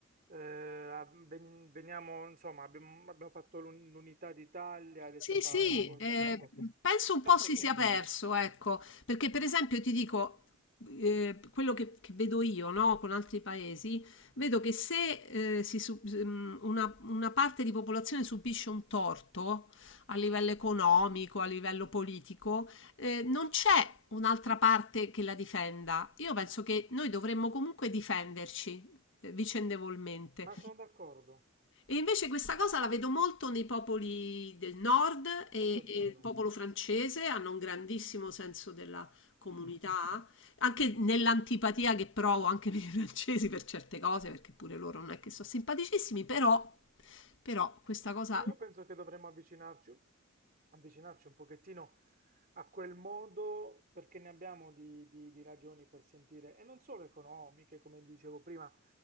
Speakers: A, on the right (about 40°); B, on the left (about 60°).
A: eh, ab- ven- veniamo, insomma, abbiamo, abbiamo fatto l'un- l'unità d'Italia ed è
B: Sì,
A: stata
B: sì,
A: una cosa,
B: eh,
A: ecco,
B: penso un po'
A: tante
B: si
A: cose,
B: sia perso, ecco, perché per esempio ti dico, eh, quello che, che vedo io, no, con altri paesi, vedo che se eh, si su- mm, una, una parte di popolazione subisce un torto a livello economico, a livello politico, eh, non c'è un'altra parte che la difenda. Io penso che noi dovremmo comunque difenderci eh, vicendevolmente.
A: ma sono d'accordo,
B: E invece questa cosa la vedo molto nei popoli del nord e,
A: questo è
B: e
A: vero.
B: il popolo francese hanno un grandissimo senso della comunità,
A: <laughs>
B: anche nell'antipatia che provo anche per i francesi per certe cose, perché pure loro non è che sono simpaticissimi, però, però questa cosa...
A: Ma io penso che dovremmo avvicinarci, avvicinarci un pochettino a quel modo perché ne abbiamo di, di- di ragioni per sentire, e non solo economiche, come dicevo prima,